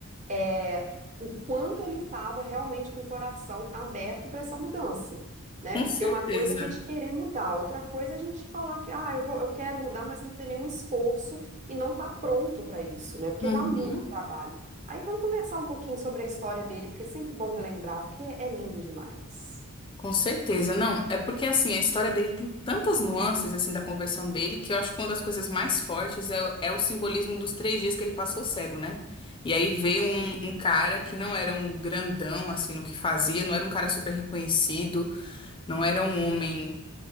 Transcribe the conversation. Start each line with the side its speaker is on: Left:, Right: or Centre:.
Right: é, o quanto ele estava realmente com o coração aberto para essa mudança, né?
Left: Com
Right: Porque
Left: certeza.
Right: uma coisa é a gente querer mudar, outra coisa é a gente falar que, ah, eu vou, eu quero mudar, mas não ter nenhum esforço e não tá pronto para isso, né? Porque
Left: Uhum.
Right: dá muito trabalho. Aí vamos conversar um pouquinho sobre a história dele, porque é sempre bom relembrar, porque é lindo demais.
Left: Com certeza, não. É porque, assim, a história dele tem tantas nuances, assim, da conversão dele, que eu acho que uma das coisas mais fortes é, o- é o simbolismo dos três dias que ele passou cego, né? E aí veio um, um cara que não era um grandão, assim, no que fazia, não era um cara super reconhecido, não era um homem